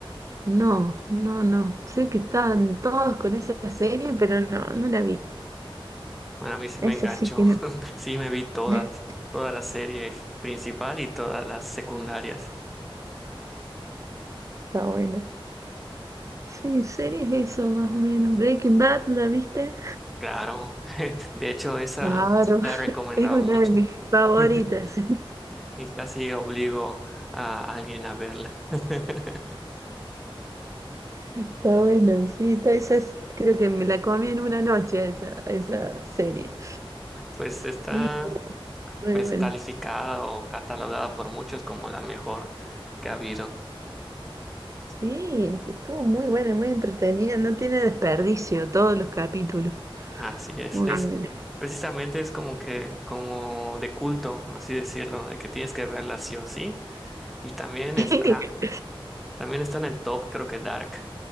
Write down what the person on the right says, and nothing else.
No, no, no. Sé que estaban todos con esa serie, pero no, no la vi.
Esa
sí que no.
<laughs>
Está bueno. Sí, series eso más o menos. Breaking Bad, ¿la viste?
Claro,
<laughs>
es una
de mis favoritas.
<laughs>
Está bueno, sí, está, esa es- creo que me la comí en una noche esa, esa serie.
Sí, muy
buena.
Sí, estuvo muy buena, muy entretenida, no tiene desperdicio todos los capítulos.
Muy
Ah, buena.
<laughs>